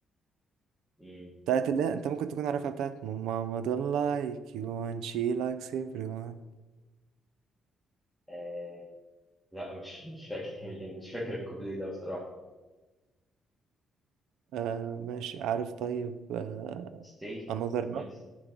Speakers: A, in the centre; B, on the right.
A: إمم،
B: بتاعت اللي هي أنت ممكن تكون عارفها بتاعت My Mama don't like you and she likes everyone
A: آآ لأ مش مش فاكر يعني مش فاكر الكوبليه ده بصراحة.
B: آه ماشي عارف طيب آه
A: stay
B: Another
A: سمعت
B: Love